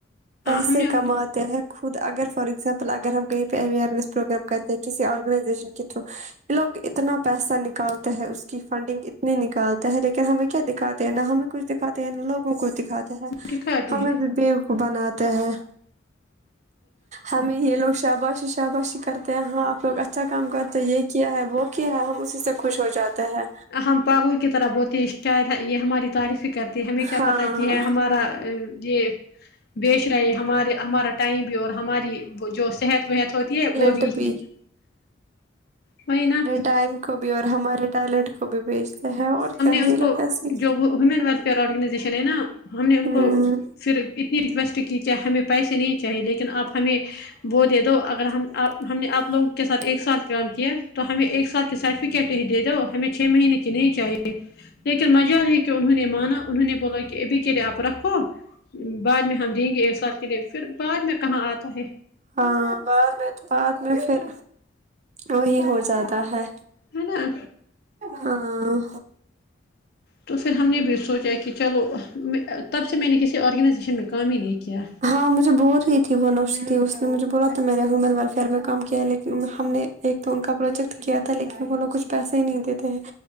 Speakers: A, on the right; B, on the left.
A: پیسے
B: ہم نے ان
A: کمات
B: کو
A: تے ہے خود اگر فار ایگزامپل اگر ہم کہیں پے اوئنیس پروگرام کرتے ہیں کسی آرگنائزیشن کے تھرو یے لوگ اتنا پیسہ نکالتے ہیں اس کی فنڈنگ اتنی نکالتے ہیں لیکن ہمیں کیا دکھاتے ہیں نا ہمیں کچھ دکھاتے ہیں لوگوں کو دکھاتے ہیں
B: دکھاتے
A: ہمیں
B: ہیں
A: بھی بے وقوف بناتے ہیں ہمیں یے لوگ شاباشی شاباشی کرتے ہیں ہاں آپ لوگ اچھا اچھا کام کر تو یے کیا ہے وہ کیا ہے ہم اسی سے خوش ہو جاتے ہیں
B: ہم پاگلو کی طرح بولتے ہیں شاید یے ہماری تعریفی کر ہمیں کیا
A: ہاں
B: پتہ کہ ہے ہمارا یے بیچ رہے ہمارے ہمارا ٹائم بھی اور ہماری جو صحت وحت ہوتی ہے وہ
A: دبی
B: بھی ہے، وہی نا
A: ٹائم کو بھی اور ہمارے ٹیلنٹ کو بھی بیچتے ہیں اور کیا
B: ان
A: یے
B: کو
A: لوگ ایسے ہی
B: جو انہوں نے ویلفیئر آرگنائزیشن ہے نا ہم نے ان
A: ہوں
B: کو پھر اتنی ریکویسٹ کی کیا ہمیں پیسے نہیں چاہیے لیکن آپ ہمیں
A: ان
B: وہو
A: کو
B: دے
A: کون
B: دو
A: کون
B: اگر
A: سی
B: ہم
A: دوائی
B: آپ
A: لگانی
B: ہم نے
A: ہے
B: آپ لوگوں
A: کیا
B: کے ساتھ
A: کرنا
B: ایک ساتھ
A: ہے
B: کام کیا تو ہمیں ایک ساتھ کی سرٹیفکیٹ ہی دے دو ہمیں چھ مہینے کی نہیں چاہیے لیکن مزار ہے کہ انہوں نے مانا انہوں نے بولا کہ ابھی کے لیے آپ رکھو بعد میں ہم دیں گے ایک سال کے لیے پھر بعد میں کہاں آتا ہے
A: ہاں بعد میں تو بعد میں پھر وہی ہو جاتا ہے
B: ہے نا
A: ہاں
B: تو پھر ہم نے بھی سوچا کی چلو تب سے میں نے کسی آرگنائزیشن میں کام ہی نہیں کیا
A: ہاں مجھے بول رہی تھی وہ نوشی تھی اس مجھے بولا تو میں نے ومن ویلفیئر میں کام کیا ہے لیکن ہم نے ایک تو ان کا پروجیکٹ کیا تھا لیکن وہ لوگو کچھ پیسے ہی نہیں دیتے ہیں